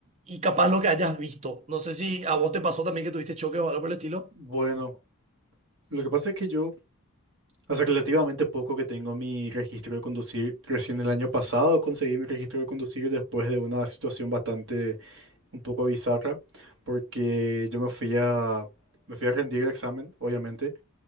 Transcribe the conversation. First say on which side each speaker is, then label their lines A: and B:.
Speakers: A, on the right; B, on the right.
A: y capaz lo que hayas visto. No sé si a vos te pasó también que tuviste choques o algo por el estilo.
B: Bueno, lo que pasa es que yo... Hace relativamente poco que tengo mi registro de conducir. Recién el año pasado conseguí mi registro de conducir después de una situación bastante un poco bizarra, porque yo me fui a, me fui a rendir el examen, obviamente.